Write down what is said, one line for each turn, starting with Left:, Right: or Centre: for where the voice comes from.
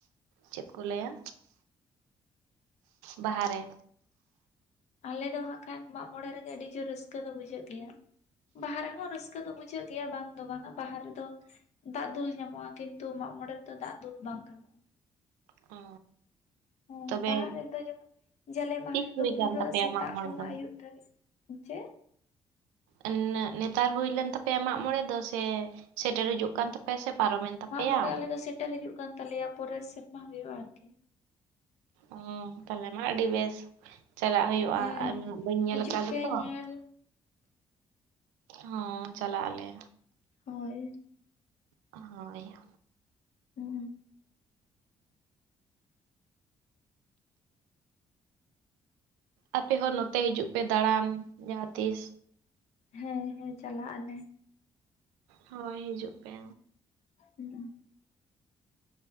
Right: ᱪᱮᱫ ᱠᱚ ᱞᱟᱹᱭᱟ? ᱵᱟᱦᱟ ᱨᱮ᱾
Left: ᱟᱞᱮ ᱫᱚ ᱦᱟᱸᱜ ᱠᱷᱟᱱ ᱢᱟᱜᱽ ᱢᱚᱬᱮ ᱨᱮᱜᱮ ᱟᱹᱰᱤ ᱡᱳᱨ ᱨᱟᱹᱥᱠᱟᱹ ᱫᱚ ᱵᱩᱡᱷᱟᱹᱜ ᱜᱮᱭᱟ᱾ ᱵᱟᱦᱟ ᱨᱮᱦᱚᱸ ᱨᱟᱹᱥᱠᱟᱹ ᱫᱚ ᱵᱩᱡᱷᱟᱹᱜ ᱜᱮᱭᱟ ᱵᱟᱝ ᱫᱚ ᱵᱟᱝᱟ᱾ ᱵᱟᱦᱟ ᱨᱮᱫᱚ ᱫᱟᱜ ᱫᱩᱞ ᱧᱟᱢᱚᱜᱼᱟ ᱠᱤᱱᱛᱩ ᱢᱟᱜᱽ ᱢᱚᱬᱮ ᱨᱮᱫᱚ ᱫᱟᱜ ᱫᱩᱞ ᱵᱟᱝ ᱜᱟᱱᱚᱜᱼᱟ᱾
Right: ᱚ᱾
Left: ᱚ
Right: ᱛᱚᱵᱮ
Left: ᱵᱟᱦᱟ ᱨᱮᱫᱚ ᱡᱮᱢᱚᱱ ᱡᱟᱞᱮ ᱢᱟᱦᱟ
Right: ᱛᱤᱥ
Left: ᱦᱤᱞᱳᱜ
Right: ᱦᱩᱭ
Left: ᱯᱩᱨᱟᱹ
Right: ᱠᱟᱱ ᱛᱟᱯᱮᱭᱟ
Left: ᱥᱮᱛᱟᱜ
Right: ᱢᱟᱜ ᱢᱚᱬᱮ
Left: ᱠᱷᱚᱱᱟᱜ
Right: ᱫᱚ?
Left: ᱟᱹᱭᱩᱵ ᱫᱷᱟᱹᱨᱤᱡ ᱪᱮᱫ?
Right: ᱟᱱᱮᱜ-ᱱᱮᱛᱟᱨ ᱦᱩᱭ ᱞᱮᱱ ᱛᱟᱯᱮᱭᱟ ᱢᱟᱜᱽ ᱢᱚᱬᱮ ᱫᱚ ᱥᱮ ᱥᱮᱴᱮᱨ ᱦᱤᱡᱩᱜ ᱠᱟᱱ ᱛᱟᱯᱮ ᱯᱮ ᱥᱮ ᱯᱟᱨᱚᱢᱮᱱ ᱛᱟᱯᱮᱭᱟ?
Left: ᱢᱟᱜ ᱢᱚᱬᱮ ᱟᱞᱮ ᱫᱚ ᱥᱮᱴᱮᱨ ᱦᱤᱡᱩᱜ ᱠᱟᱱ ᱛᱟᱞᱮᱭᱟ ᱯᱚᱨᱮᱨ ᱥᱮᱨᱢᱟ ᱦᱩᱭᱩᱜᱼᱟ ᱟᱨᱠᱤ᱾
Right: ᱚ ᱛᱟᱞᱦᱮ ᱢᱟ ᱟᱹᱰᱤ ᱵᱮᱥ᱾ ᱪᱟᱞᱟᱜ ᱦᱩᱭᱩᱜᱼᱟ
Left: ᱦᱮᱸ
Right: ᱟᱨ ᱩᱱᱟᱜ ᱵᱟᱹᱧ ᱧᱮᱞ
Left: ᱦᱤᱡᱩᱜ
Right: ᱠᱟᱫᱟ
Left: ᱯᱮ
Right: ᱛᱚ᱾
Left: ᱧᱮᱞ
Right: ᱦᱚᱸ ᱪᱟᱞᱟᱜ ᱟᱞᱮ᱾
Left: ᱦᱳᱭ᱾
Right: ᱦᱳᱭ᱾
Left: ᱦᱩᱸ
Right: ᱟᱯᱮ ᱦᱚᱸ ᱱᱚᱛᱮ ᱦᱤᱡᱩᱜ ᱯᱮ ᱫᱟᱬᱟᱱ ᱡᱟᱦᱟᱸ ᱛᱤᱥ
Left: ᱦᱮᱸ ᱦᱮᱸᱪᱟᱞᱟᱜ ᱟᱞᱮ
Right: ᱦᱳᱭ ᱦᱤᱡᱩᱜ ᱯᱮ
Left: ᱦᱩ